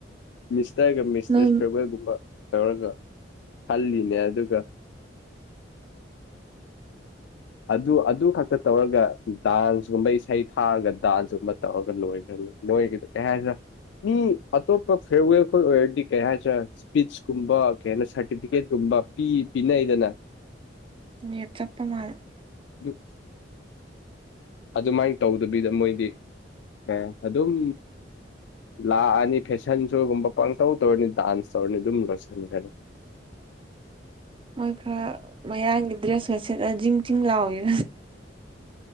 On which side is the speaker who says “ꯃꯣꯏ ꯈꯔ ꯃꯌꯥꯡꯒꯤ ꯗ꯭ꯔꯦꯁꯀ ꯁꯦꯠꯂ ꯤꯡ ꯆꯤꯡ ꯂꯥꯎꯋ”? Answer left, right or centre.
Right